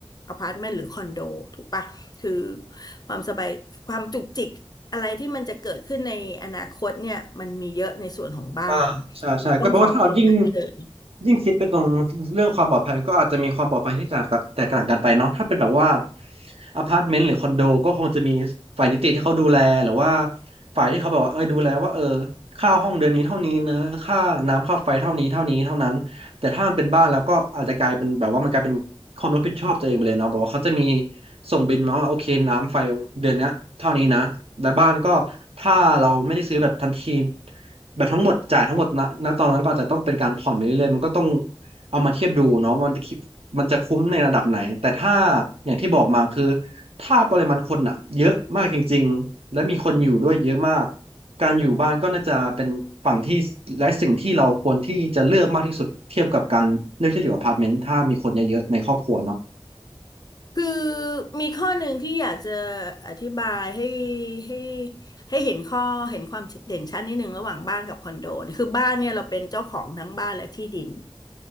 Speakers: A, on the left; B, on the right.
A: อพาร์ตเมนต์หรือคอนโดถูกปะคือความสบายความจุกจิกอะไรที่มันจะเกิดขึ้นในอนาคตเนี่ยมันมีเยอะในส่วนของบ้านคือต้องพร้อมตรงนั้นเลย
B: อ่าใช่ใช่ก็แปลว่าถ้าเรายิ่งยิ่งคิดไปตรงเรื่องความปลอดภัยก็อาจจะมีความปลอดภัยที่แตกแตกต่างกันไปเนาะถ้าเป็นแบบว่าอพาร์ตเมนต์หรือคอนโดก็คงจะมีฝ่ายนิติที่เขาดูแลหรือว่าฝ่ายที่เขาแบบว่าเออดูแลว่าเออค่าห้องเดือนนี้เท่านี้นะค่าน้ำค่าไฟเท่านี้เท่านี้เท่านั้นแต่ถ้ามันเป็นบ้านแล้วก็อาจจะกลายเป็นแบบว่ามันกลายเป็นความรับผิดชอบตัวเองไปเลยเนาะบอกว่าเขาจะมีส่งบิลมาว่าโอเคน้ำไฟเดือนเนี้ยเท่านี้นะและบ้านก็ถ้าเราไม่ได้ซื้อแบบทันที แบบทั้งหมดจ่ายทั้งหมดณณตอนนั้นก็อาจจะต้องเป็นการผ่อนไปเรื่อยๆมันก็ต้องเอามาเทียบดูเนาะมันจะคิดมันจะคุ้มในระดับไหนแต่ถ้าอย่างที่บอกมาคือถ้าปริมาณคนอะเยอะมากจริงๆและมีคนอยู่ด้วยเยอะมากการอยู่บ้านก็น่าจะเป็นฝั่งที่และสิ่งที่เราควรที่จะเลือกมากที่สุดเทียบกับการเลือกที่จะอยู่อพาร์ตเมนต์ถ้ามีคนเยอะๆในครอบครัวเนาะ
A: คือมีข้อหนึ่งที่อยากจะอธิบายให้ให้ให้เห็นข้อเห็นความเด่นชัดนิดหนึ่งระหว่างบ้านกับคอนโดเนี่ยคือบ้านเนี่ยเราเป็นเจ้าของทั้งบ้านและที่ดิน